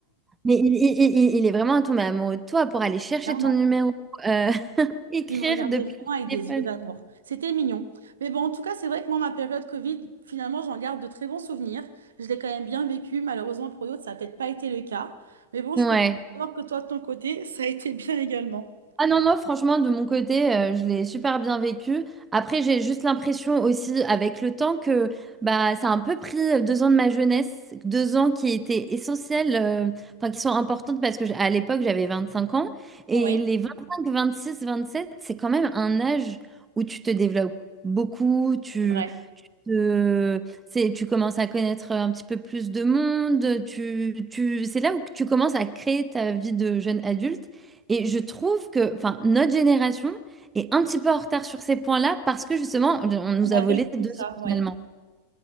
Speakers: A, on the right; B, on the right.
A: Mais il, il- il- il- il est vraiment tombé amoureux de toi pour aller
B: <laughs>
A: chercher
B: Clairement.
A: ton numéro, euh, <laughs> écrire
B: Il me regardait
A: depuis
B: vraiment
A: le
B: avec des
A: téléphone.
B: yeux d'amour. C'était mignon. Mais bon, en tout cas, c'est vrai que moi, ma période Covid, finalement, j'en garde de très bons souvenirs. Je l'ai quand même bien vécu. Malheureusement, pour d'autres, ça n'a peut-être pas été le cas. Mais bon, je
A: Ouais.
B: suis contente de savoir que toi, de ton côté, <laughs> ça a été bien également.
A: Ah non, moi, franchement, de mon côté, euh, je l'ai super bien vécu. Après, j'ai juste l'impression aussi, avec le temps, que bah, ça a un peu pris euh, deux ans de ma jeunesse, deux ans qui étaient essentiels, euh, enfin, qui sont importantes parce que j'- à l'époque, j'avais 25 ans. Et
B: Oui,
A: les 25, 26, 27, c'est quand même un âge où tu te développes beaucoup, tu,
B: c'est vrai.
A: tu te- c'est, tu commences à connaître un petit peu plus de monde, tu, tu, c'est là où tu commences à créer ta vie de jeune adulte. Et je trouve que, enfin, notre génération est un petit peu en retard sur ces points-là parce que justement, on nous
B: On
A: a
B: a
A: volé
B: vécu
A: deux
B: ça,
A: ans
B: oui.
A: finalement.